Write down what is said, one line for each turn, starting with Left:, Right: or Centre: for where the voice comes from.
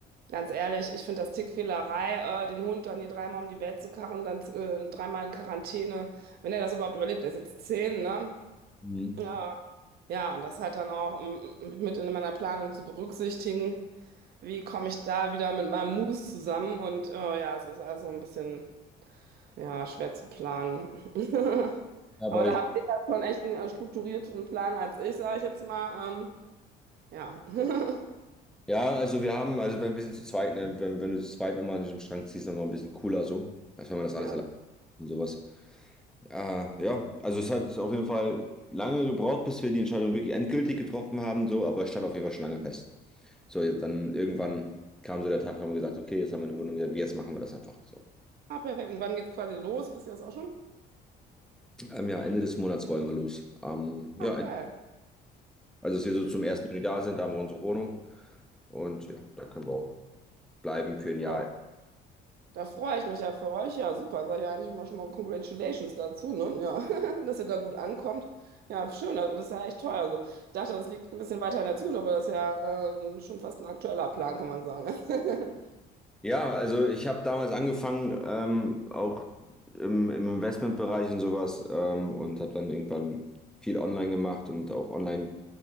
Right: Ganz ehrlich, ich finde das Tickfehlerei, äh, den Hund dann hier dreimal um die Welt zu karren, dann äh, dreimal in Quarantäne, wenn er das überhaupt überlebt, er ist jetzt zehn, ne?
Centre: Mhm.
Right: Ja, ja, und das halt dann auch ähm, mit in meiner Planung zu berücksichtigen, wie komme ich da wieder mit meinem Moose zusammen und äh, ja, es ist also ein bisschen, ja, schwer zu planen. <laughs>
Centre: Ja, aber
Right: Aber da
Centre: ich,
Right: habt ihr ja schon echt einen äh, strukturierteren Plan als ich, sage ich jetzt mal. Ähm, ja. <laughs>
Centre: ja, also wir haben, also wenn wir sind zu zweit, ne, wenn, wenn du zu zweit nochmal an einem Strang ziehst, nochmal ein bisschen cooler so, als wenn man das alles
Right: Ja.
Centre: allein und sowas. Ah, ja, also es hat auf jeden Fall lange gebraucht, bis wir die Entscheidung wirklich endgültig getroffen haben, so, aber es stand auf jeden Fall schon lange fest. So, jetzt dann irgendwann kam so der Tag, haben wir gesagt, okay, jetzt haben wir eine Wohnung, ja, jetzt machen wir das einfach so.
Right: Ah, perfekt. Und wann geht's quasi los? Wisst ihr das auch schon?
Centre: Ähm, ja, Ende des Monats wollen wir los. Ähm, ja,
Right: Ach,
Centre: ein-
Right: geil.
Centre: also dass wir so zum ersten Juni da sind, da haben wir unsere Wohnung und ja, da können wir auch bleiben für ein Jahr.
Right: Oh. Da freue ich mich ja für euch. Ja, super. Dann sage ich ja eigentlich immer schon mal Congratulations dazu, ne? Ja, <laughs> dass ihr da gut ankommt. Ja, schön. Das ist ja echt toll. Also, ich dachte, das liegt ein bisschen weiter in der Zukunft, aber das ist ja äh, schon fast ein aktueller Plan, kann man sagen. <laughs>
Centre: Ja, also ich habe damals angefangen, ähm, auch im, im Investmentbereich und sowas ähm, und habe dann irgendwann viel online gemacht und auch online